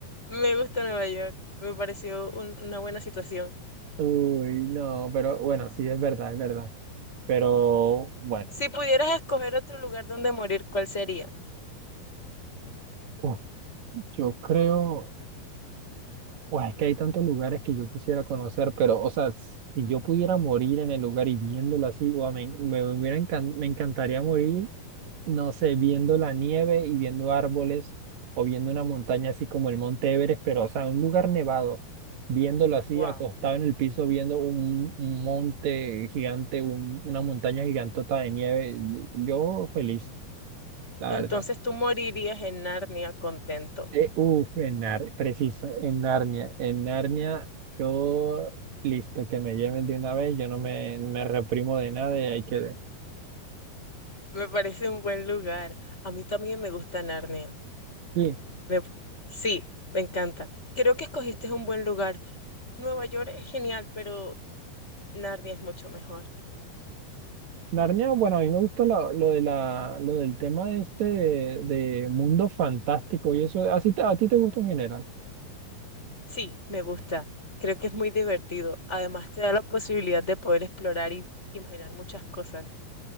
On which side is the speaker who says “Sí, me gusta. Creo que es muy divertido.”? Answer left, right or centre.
Left